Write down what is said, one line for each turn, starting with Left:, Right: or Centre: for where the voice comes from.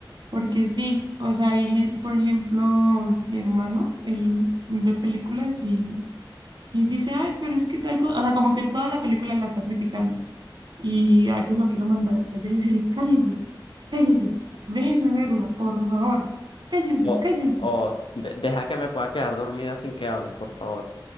Right: Porque sí, o sea, hay gen- por ejemplo, mi hermano, él ve películas y, y dice, ay, pero es que tal cosa, o sea, como que toda la película la está criticando. Y a veces lo quiero mandar a callar y decirle, cállese, cállese, déjeme verla, por favor, cállese,
Left: O,
Right: cállese.
Left: o de- deja que me pueda quedar dormida sin que hables, por favor.